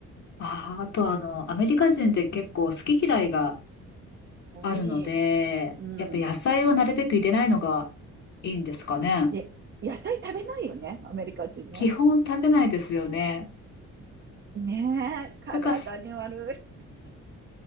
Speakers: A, on the left; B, on the right.
A: ああ、あとあの、アメリカ人って結構好き嫌いが
B: うん多い。
A: あるので、
B: うん。
A: やっぱ野菜はなるべく入れないのがいいんですかね。
B: え、野菜食べないよね、アメリカ人ね。
A: 基本食べないですよね。
B: ねえ、体に悪い。
A: だから